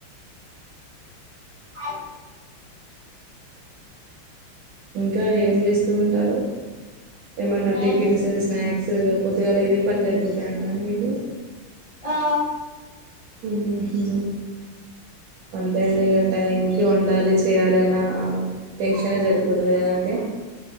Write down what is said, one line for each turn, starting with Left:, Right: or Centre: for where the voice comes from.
Left: అ
Right: ఇంకా ఏం చేస్తూ ఉంటారు ఏమన్నా
Left: నేను
Right: టిఫిన్స్ స్నాక్స్ పొద్దుగాల ఇదే పని జరి పోతా ఉంటదండి మీకు
Left: ఆ
Right: హ్మ్ ఉ అంతే అండి. ఇగా టైమ్ వండాలి చేయాలి అన్నా టెన్షన్ సరిపోతుంది కదండి.